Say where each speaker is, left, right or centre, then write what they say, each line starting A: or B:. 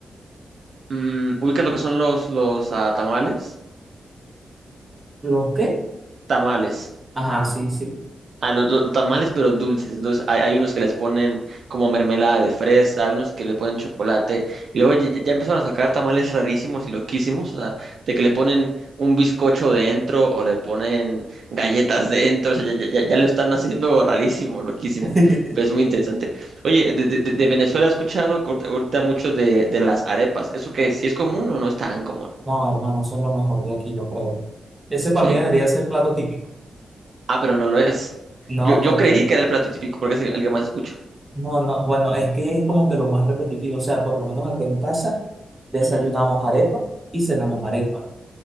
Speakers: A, on the right; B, on the right.
A: mm, ubicas lo que son los, los ah, tamales.
B: ¿Los qué?
A: Tamales.
B: Ajá, sí, sí.
A: Ah, los, los tamales, pero dulces. Entonces hay, hay unos que les ponen como mermelada de fresa, hay unos que le ponen chocolate. Y luego ya, ya empezaron a sacar tamales rarísimos y loquísimos. O sea, de que le ponen un bizcocho dentro o le ponen galletas dentro. O sea, ya, ya, ya- ya lo están haciendo rarísimo, loquísimo.
B: <laughs>
A: Pero es muy interesante. Oye, de, de- de- de Venezuela he escuchado ahorita ahorita mucho de, de las arepas. ¿Eso qué? ¿Sí es común o no es tan común?
B: No, hermano, eso es lo mejor de aquí, yo creo. Ese para
A: Sí.
B: mí debería ser el plato típico.
A: Ah, pero no lo es.
B: No,
A: Yo, yo
B: porque,
A: creí que era el plato típico porque es el que más escucho.
B: no, no, bueno, es que es como que lo más repetitivo. O sea, por lo menos acá en casa desayunamos
A: Ujú.
B: arepa y cenamos arepa.